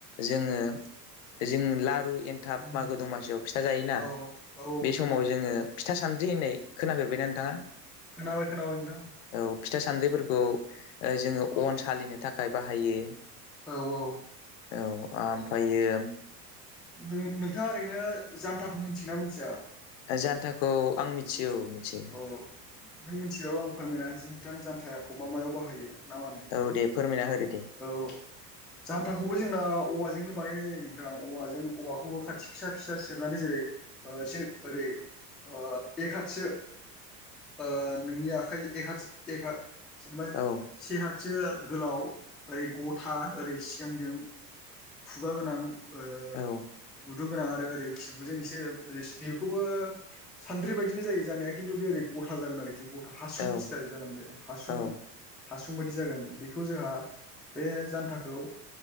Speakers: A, on the left; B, in the centre.
A: जोङो जों लारु एनथाब
B: उम
A: मागो दमासियाव फिथा जायोना
B: औ
A: बे
B: नोंथां
A: समाव जोङो फिथा सानद्रि होननाय खोनाफेरबायना नोंथाङा।
B: खोनाबाय खोनाबाय नोंथां।
A: औ फिथा सान्द्रिफोरखौ ओ जोङो
B: औ
A: अन सालिनो थाखाय बाहायो
B: औ औ
A: औ आमफायो
B: <unintelligible> नोंथाङा ओरैनो जान्थाखौ मोन्थिगोना मोन्थिया
A: ओ जान्थाखौ आं मिथियो औ मिथियो
B: औ नों मिथिबाबो आं फोरमायना होनोसै नोंथांनो जानथायाखौ मा मायाव बाहायो ना मानो
A: औ दे फोरमायना होदो दे
B: औ जान्थाखौबो जोंनाव औवाजोंनो बानायनाय जायो नोंथां औवाजों औवाखौबो खाथि फिसा फिसा सिरनानै जेरै ओ एसे ओरै ओ एक हथसो ओ नोंनि आखाइ एक हात एक हात जेनेबा
A: औ
B: से हातसो गोलाव ओरै गथा ओरै सिगांजों खुगा गोनां ओ
A: औ
B: गुदुं गोनाङा नो ओरै खिबुजों एसे बेखौबो सान्द्रि बायदिनो जायो जानाया खिन्थु बे ओरै गथा जागोन आरो खि गथा हासुं
A: औ
B: स्टाइल जागोन बे हासुं
A: औ
B: हासुं बादि जागोन बेखौ जोहा बे जान्थाखौ